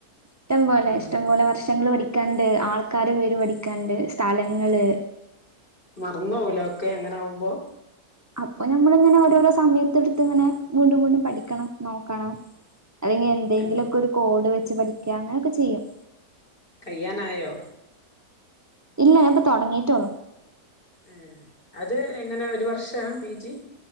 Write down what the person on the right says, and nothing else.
ഇഷ്ടം പോലെ
ഇഷ്ടം പോലെ വർഷങ്ങള് പഠി ക്കാന്ണ്ട് ആൾക്കാരെ പേര് പഠിക്കാന്ണ്ട് സ്ഥലങ്ങള്
അപ്പൊ നമ്മളിങ്ങനെ ഓരോരോ സമയത്തെടുത്ത്ങ്ങനെ വീണ്ടും വീണ്ടും പഠിക്കണം നോക്കണം അല്ലെങ്കി എന്തെങ്കിലൊക്കൊരു
കോഡ് വെച്ച് പഠിക്ക അങ്ങനൊക്കെ ചെയ്യും
ഇല്ല ഞാനിപ്പൊ തൊടങ്ങിട്ടോള്ളൂ